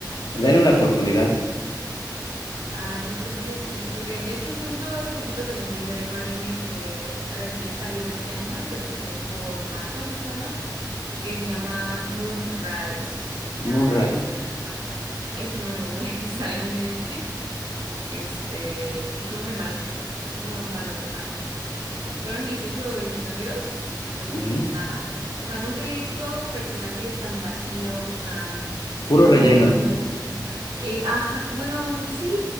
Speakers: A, on the left; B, on the right.
A: Dale
B: Pero,
A: una oportunidad.
B: ah, yo creo que sí, porque de hecho justo hace poquito terminé de ver un anime que recién salió este año, creo que salió por marzo más o menos, que se llama Moonrise, la
A: Moonrise.
B: rebelión de la luna. Es nuevo, <laughs> salió en Netflix Este, y fue muy malo. Estuvo muy malo. O sea, fueron 18 episodios de
A: Ujú.
B: nada. O sea, nunca había visto personajes tan vacíos, tan
A: Puro
B: sin desarrollo.
A: relleno.
B: Eh, ajá, bueno, sí,